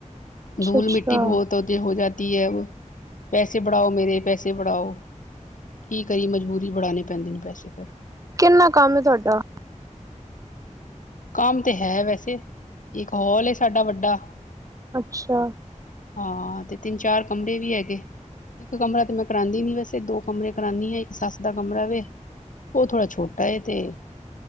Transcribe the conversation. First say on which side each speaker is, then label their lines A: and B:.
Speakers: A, on the right; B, on the left.
A: ਅੱਛਾ
B: ਧੂਲ
A: ਅੱਛਾ
B: ਮਿੱਟੀ ਬਹੁਤ ਹੋਤੀ ਹੋ ਜਾ ਕਿ ਅਬ ਪੈਸੇ ਬੜਾਔ, ਮੇਰੇ ਪੈਸੇ ਬੜਾਔ। ਕੀ ਕਰੀਏ ਮਜਬੂਰੀ ਬੜਾਣੇ ਪੈਂਦੇ ਨੇ ਪੈਸੇ ਫੇਰ।
A: ਕਿੰਨਾ ਕੰਮ ਹੈ ਤੁਹਾਡਾ
B: ਕੰਮ ਤੇ ਹੈ ਵੈਸੇ ਇੱਕ ਹੌਲ ਏ ਸਾਡਾ ਵੱਡਾ।
A: ਅੱਛਾ।
B: ਹਾਂ ਤੇ ਤਿੰਨ ਚਾਰ ਕਮਰੇ ਵੀ ਹੈਗੇ, ਇੱਕ ਕਮਰਾ ਤੇ ਮੈਂ ਕਰਾਂਦੀ ਨੀ ਵੈਸੇ ਦੋ ਕਮਰੇ ਕਰਾਣੀ ਆ। ਇੱਕ ਸੱਸ ਦਾ ਕਮਰਾ ਵੇ, ਔ ਥੋੜ੍ਹਾ ਛੋਟਾ ਏ ਤੇ